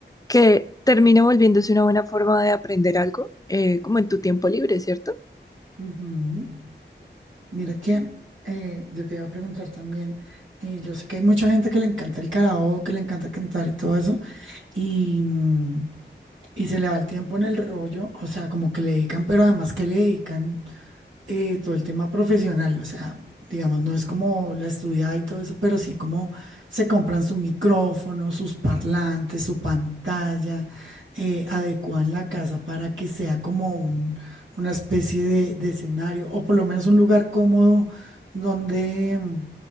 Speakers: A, on the left; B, on the right.
A: que termina volviéndose una buena forma de aprender algo, eh, como en tu tiempo libre, ¿cierto?
B: Ujú. Mira que eh, yo te iba a preguntar también, eh, yo sé que hay mucha gente que le encanta el karaoke, que le encanta cantar y todo eso, y, mm, y se le va el tiempo en el rollo, o sea, como que le dedican, pero además que le dedican eh, todo el tema profesional, o sea, digamos, no es como la estudiada y todo eso, pero sí como se compran su micrófono, sus parlantes, su pantalla, eh, adecúan la casa para que sea como un- una especie de, de escenario o por lo menos un lugar cómodo donde mm,